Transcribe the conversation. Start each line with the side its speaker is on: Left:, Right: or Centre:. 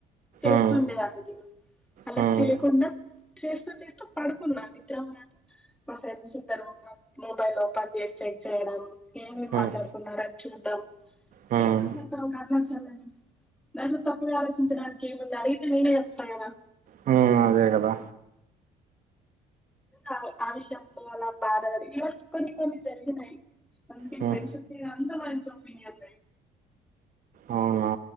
Centre: చేస్తుండేదాన్నిలో
Right: ఆ.
Centre: అలా
Right: హ్మ్
Centre: చేయకుండా చేస్తూ చేస్తూ పడుకున్నాను నిద్ర అనట మా ఫ్రెండ్స్ ఇద్దరు ఉన్న మొబైల్ ఓపన్ చేస్తే చేయడం ఏమి
Right: హ్మ్
Centre: మాట్లాడుకున్నారని చూడ్డం
Right: హ్మ్
Centre: ఏం మాట్లాడుతు మంచోల్లె దాంట్లో తప్పుడుగ ఆలోచించడానికి ఏముంది అడిగితే నేనే చెప్తా కదా
Right: హ్మ్ అదే కదా
Centre: అ ఆవిషయం పోలా బార ఈ రోజు కొని కొన్ని జరిగిన యి అంతై
Right: హ్మ్
Centre: ఫెన్షిప్ మీద అంత మంచి ఒపీనియన్
Right: అవున